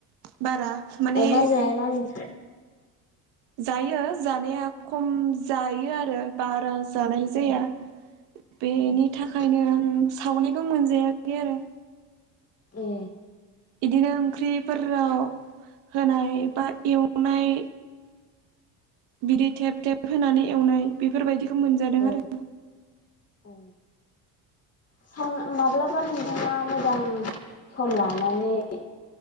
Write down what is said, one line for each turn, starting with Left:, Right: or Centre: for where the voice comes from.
Right: बारा माने
Left: अमा जायाना नोंथ
Right: जायो जानाया खम जायो आरो बारा जाय जानाय जाया
Left: औ
Right: बेनि
Left: अ
Right: थाखायनो आं सावनायखौ मोनजायाखै आरो
Left: ए
Right: बिदिनो ओंख्रिफोराव होनाय बा एवनाय बिदि थेब थेब होनानै एवनाय बेफोरबायदिखौ मोनजादों
Left: औ
Right: आरो
Left: औ स माब्लाबा नुदों ना मोजां सम लानानै